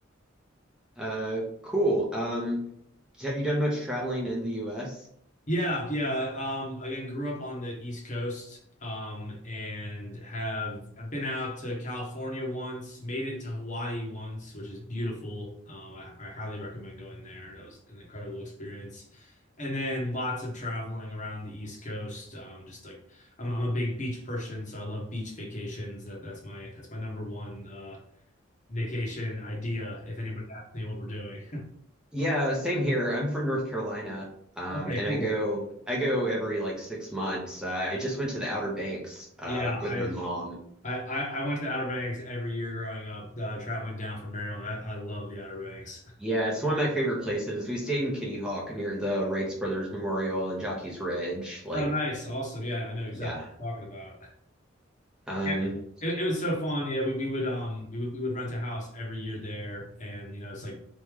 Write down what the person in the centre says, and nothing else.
uh cool. Um have you done much traveling in the US?
Yeah, same here. I'm from North Carolina. Um
and
I go I go every like 6 months. Uh, I just went to the Outer Banks uh
with my mom.
Yeah, it's one of my favorite places. We stayed in Kitty Hawk near the Wrights Brothers Memorial and Jockey's Ridge. Like,
yeah.
Um,